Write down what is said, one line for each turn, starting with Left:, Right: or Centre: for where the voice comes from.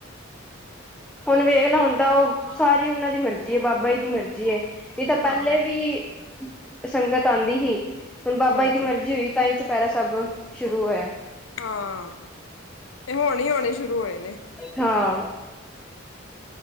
Centre: ਹੁਣ ਵੇਖ ਲਾ ਹੁੰਦਾ ਉਹ ਸਾਰੀ ਉਹਨਾਂ ਦੀ ਮਰਜ਼ੀ ਏ ਬਾਬਾ ਜੀ ਦੀ ਮਰਜ਼ੀ ਏ। ਨਹੀਂ ਤਾਂ
Left: ਹਾਂ
Centre: ਪਹਿਲੇ ਵੀ, ਸੰਗਤ ਆਂਦੀ ਸੀ ਹੁਣ ਬਾਬਾ
Left: ਹੋਰ
Centre: ਜੀ ਦੀ
Left: ਕੀ
Centre: ਮਰਜ਼ੀ ਹੋਈ ਤਾਂ ਹੀ ਚੁਪਹਿਰਾ ਸਾਹਿਬ ਸ਼ੁਰੂ ਹੋਇਆ।
Left: ਹਾਂ ਤੇ ਹੁਣ ਹੀ ਹੋਣੇ ਸ਼ੁਰੂ ਹੋਏ ਨੇ।
Centre: ਹਾਂ